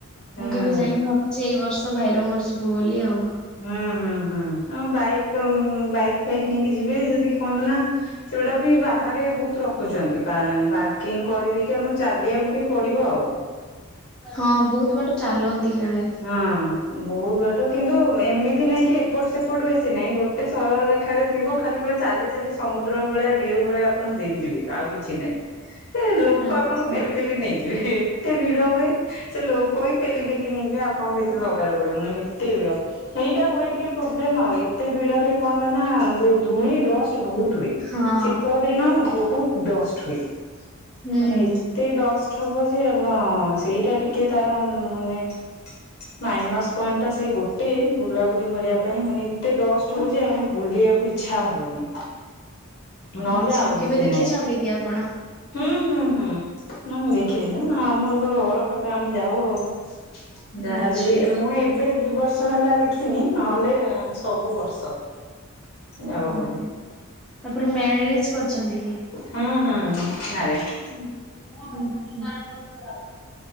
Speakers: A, on the left; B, in the centre.
A: ହଁ।
B: ମୁଁ କେବେ ଯାଇନି ଭାବୁଛି ଏଇ ବର୍ଷ ଭାଇର ମୋର ଯିବୁ ବୋଲି ଆଉ।
A: ହୁଁ ହୁଁ ହୁଁ ଆ ବାଇକ୍ ବାଇକ୍ ଫାଇକ୍ ନେଇକି ଯିବେ ଯଦି କଣ ନା ସେଗୁଡା ବି ବାହାରେ ବହୁତ ରଖୁଛନ୍ତି। ପାର୍କିଙ୍ଗ କରିଦେଇକି ଆମ ଚାଲିଆକୁୁ ଟିକେ ପଡିବ ଆଉ
B: ହଁ ବହୁତ ବାଟ ଚାଲନ୍ତି କାଳେ
A: ହଁ ବହୁତ ବାଟ କିନ୍ତୁ ଏମିତି ନାହିଁ କି ଏପଟ ସେପଟ ବେଶୀ ନାହିଁ ଗୋଟେ ଏତେ ସରଳରେଖାରେ ଥିବ ଖାଲି ପୁରା ଚାଲି ଚାଲି ସମୁଦ୍ର ଭଳିଆ ଢେଉ ଭଳିଆ ଆପଣ ଯିବେ ଆଉ କିଛି ନାହିଁ। ଁ ସେ ଲୋକ
B: ଆଚ୍ଛା
A: ଆପଣଙ୍କୁ ପେଲିପେଲି ନେଇଯିବେ। ଏତେ ଭିଡ ହୁଏ ସେ ଲୋକ ହିଁ ପେଲିପେଲି ନେଇଯିବେ। ବି ଆପଣଙ୍କୁ କିଛି ଦରକାର ପଡିବନି ଏତେ ଭି ର ଏଇଟା ହୁଏ ଟିକେ ପ୍ରୋବ୍ଲେମ ଆଉ ଏତେ ଭିଡରେ କଣ ହୁଏ ନା ସେ ଧୂଳି, ଡଷ୍ଟ ବହୁତ ହୁଏ।
B: ହଁ
A: ଶୀତ ଦିନ ବହୁତ ଡଷ୍ଟ ହୁଏ।
B: ହୁଁ
A: ମାନେ
B: ହୁଁ।
A: ଏତେ ଡଷ୍ଟ ହବ ଯେ ଆପଣ ସେଇଟା ଟିକେ ତାର ମାନେ ମାଇନସ ପଏଣ୍ଟ ଟା ସେଇ ଗୋଟେ। ବୁଲାବୁଲି କରିବା ପାଇଁ ମାନେ ଏତେ ଡଷ୍ଟ ହଉଛି ଆମ ବୁଲିବାକୁ ଇଛା ଇଚ୍ଛା ହବନି। ନହଲେ
B: ଆଚ୍ଛା
A: ଆଉ କିଛି
B: କେବେ ଦେଖିଛନ୍ତି
A: ନାହିଁ।
B: କି ଆପଣ?
A: ହୁଁ ହୁଁ ହୁଁ ନା ମୁଁ ଦେଖେଇ ନା ଆମର ତ ଘର ପାଖରେ ଆମେ ଯାଉ ଆଉ ଯାହାହେଲେ
B: ଆଚ୍ଛା
A: ବି ମୁଁ ଏବେ ଦି ବର୍ଷ ହେଲା ଦେଖିନି। ନହେଲେ ସବୁ ବର୍ଷ ଯାଉ
B: ଓହୋ
A: ଆମେ
B: ତାପରେ ମ୍ୟାରେଜ କରିଛନ୍ତି କି?
A: ହଁ ହଁ ମ୍ୟାରେଡ୍।
B: <inaudible>